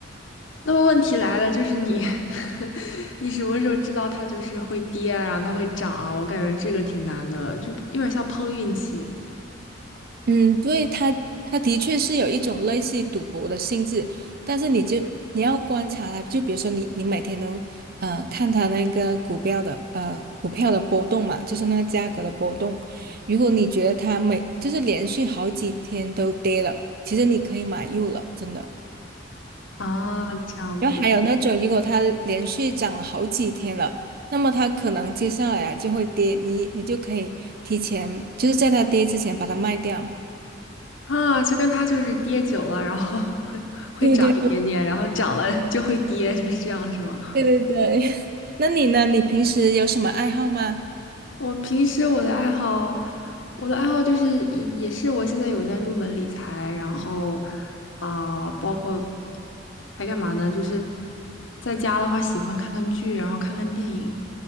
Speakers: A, on the left; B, on the right.
A: 那么问题来了，就是你 <laughs> 你什么时候知道它就是会跌啊然后它会涨啊？我感觉这个挺难的，就有点像碰运气。
B: 嗯，对，它它的确是有一种类似于赌博的性质，但是你就你要观察它，就比如说你你每天都呃看它那个股票的呃股票的波动嘛，就是那个价格的波动。如果你觉得它每就是连续好几天都跌了，其实你可以买入了，真的。
A: 啊，这样子
B: 然后还有那种如果它连续涨了好几天了，那么它可能接下来啊就会跌，你你就可以提前就是在它跌之前把它卖掉。
A: 啊，就跟他就是跌久了，然后 <laughs> 会涨一点点，
B: 对对
A: 然后涨了就会跌，就是这样，是吗？
B: 对对对，<laughs> 那你呢？你平时有什么爱好吗？
A: 我平时我的爱好，我的爱好就是也也是我现在有在入门理财，然后啊、包括还干嘛呢？就是在家的话喜欢看看剧，然后看看电影，